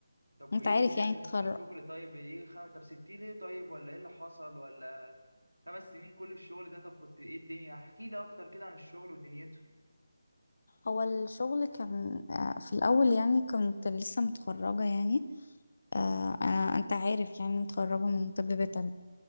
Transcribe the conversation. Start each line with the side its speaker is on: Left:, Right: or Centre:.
Right: طب وايه
Left: انت عارف
Right: الدنيا
Left: يعني
Right: في
Left: اتخرج
Right: في الشغل طيب ايه خم... طب سبتيه ليه طيب ولا ايه اللي حصل ولا خمس سنين كل الشغل ده طب كنت ايه الدنيا احكي لي أكتر كده عن الشغل ودنيته
Left: هو الشغل كان آه في الاول يعني كنت لسه متخرجة يعني آه انا انت عارف يعني متخرجة من طب بيطري